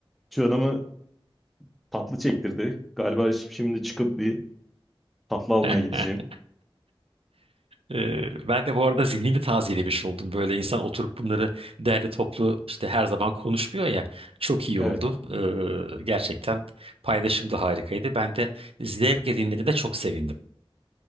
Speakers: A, in the centre; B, on the right.
A: canımı tatlı çektirdi. Galiba şimdi çıkıp bir Tatlı almaya
B: <laughs>
A: gideceğim.
B: Ee, Ben de bu arada zihnimi tazelemiş oldum. Böyle insan oturup bunları derli toplu işte her zaman konuşmuyor ya. Çok iyi
A: Evet.
B: oldu. Ee, gerçekten paylaşım da harikaydı. Ben de zevkle dinlediğinde çok sevindim.